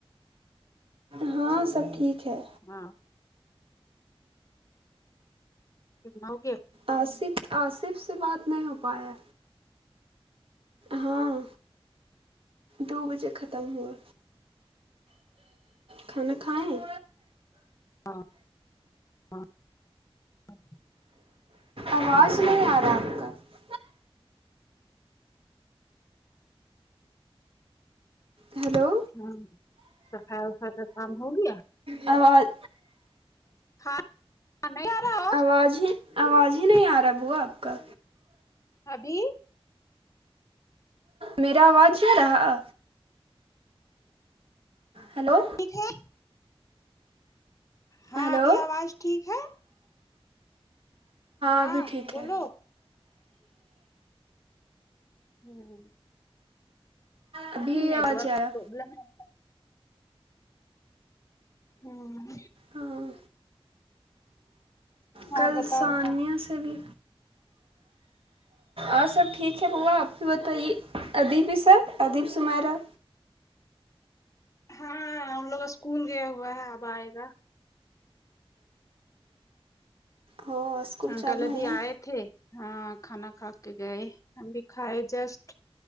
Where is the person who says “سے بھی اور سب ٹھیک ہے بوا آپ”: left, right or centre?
Right